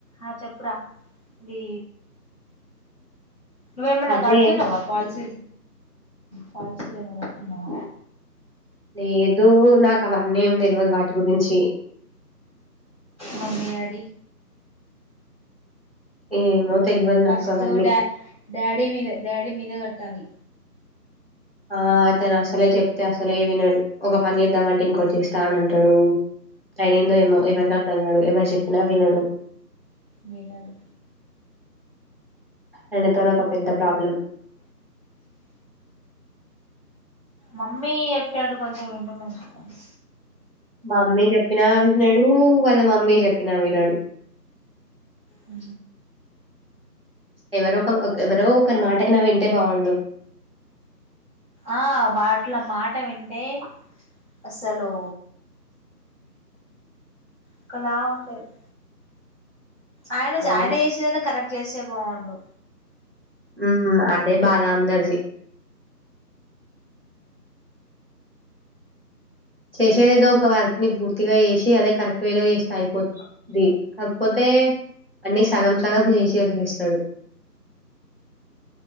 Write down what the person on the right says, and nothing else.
అదే
లేదు నాకు అవన్నీ ఏం తెలియదు వాటి గురించి,
ఏమో తెల్వదు
నాకు అవన్నీ.
ఆ అతను అసలే చెప్తే అసలే వినడు ఒక పని చేద్దామంటే ఇంకొచ్చ చేస్తా అని అంటాడు. ఆయన ఏందో ఏమో ఎవరికి అ తంగాడు ఎవరు చెప్పినా వినడు,
ఆయనతోని ఒక పెద్ద ప్రాబ్లం
మమ్మి చెప్పినా వినడూ వాళ్ళ మమ్మి చెప్పినా వినడు
ఎవరోక ఒక ఎవరో ఒకరి మాటైనా వింటే బాగుండు
అవును
ఉమ్ అదే బాద అందరిది చేసేదదో ఒక వర్క్ ని పూర్తిగా చేసి అదే కరెక్ట్ వేలో చేస్తే అయిపోతుంది కాక్ పోతే తే అన్నీ సగం సగం చేసే వదిలేస్తడు